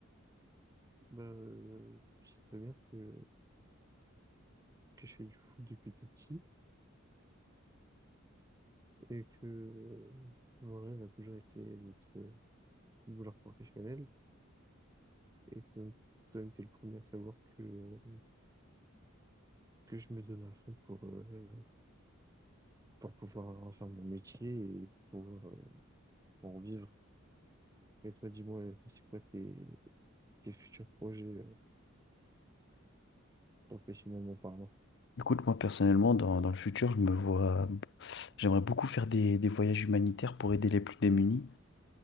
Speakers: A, on the right; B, on the left.
A: Bah, euh, je sais très bien que, que je fais du foot depuis tout petit et que euh, mon rêve a toujours été d'être euh, footballeur professionnel. Et donc, toi, t'es le premier à savoir que, euh, que je me donne à fond pour, euh, pour pouvoir en faire mon métier et pour euh, en vivre. Et toi, dis-moi, c'est quoi tes, tes futurs projets euh, professionnellement parlant?
B: Écoute, moi, personnellement, dans, dans le futur, je me vois, j'aimerais beaucoup faire des, des voyages humanitaires pour aider les plus démunis.